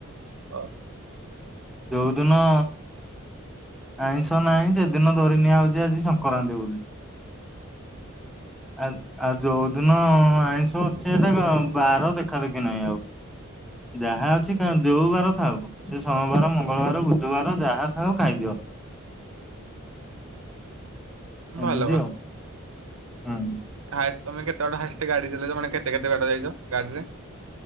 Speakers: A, on the right (about 75°); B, in the centre.
A: ହଁ।
B: ଯୋଉଦିନ ଆଇଁଷ ନାହିଁ ସେଦିନ ଧରି ନିଆହଉଛି ଆଜି ସଂକ୍ରାନ୍ତି ବୋଲି। ଆ ଆଉ ଯୋଉଦିନ ଆଇଁଷ ଅଛି ଏଟା ବାର ଦେଖା ଦେଖି ନାହିଁ ଆଉ। ଯାହା ଅଛି ଖାଆନ୍ତୁ ଯୋଉବାର ଥାଉ ସେ ସମ ଗୁବାର ମଙ୍ଗଳବାର ବୁଧବାର ଯାହା ଥାଉ ଖାଇଦିଅ।
A: ଭଲ
B: ଏମିତି ଆଉ ହୁଁ।
A: ହାଇ ତମେ କେତେଟ ହାଇଷ୍ଟ ଗାଡି ଚଲେଇଛ ମାନେ କେତେ କେତେ ବାଟା ଯାଇଛ ଗାଡିରେ?